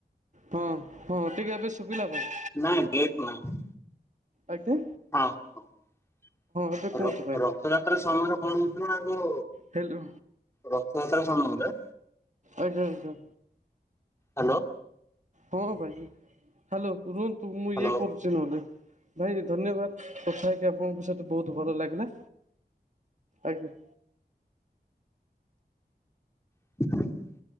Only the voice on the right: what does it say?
ହଁ ହଁ ଟିକେ ଏବେ ଶୁବିଲା ଭାଇ।
ଆଜ୍ଞା।
ଏବେ କୁହନ୍ତୁ
ଭାଇ
ହ୍ୟାଲୋ
ଆଜ୍ଞା ଆଜ୍ଞା।
ହଁ ଭାଇ ହାଲୋ ରୁହନ୍ତୁ
ମୁଁ ଇଏ କରୁଛି ନହେଲେ ଭାଇ ଧନ୍ୟବାଦ। କଥା ହେ କି ଆପଣଙ୍କ ସହିତ ବହୁତ୍ ଭଲ ଲାଗିଲା ଆଜ୍ଞା।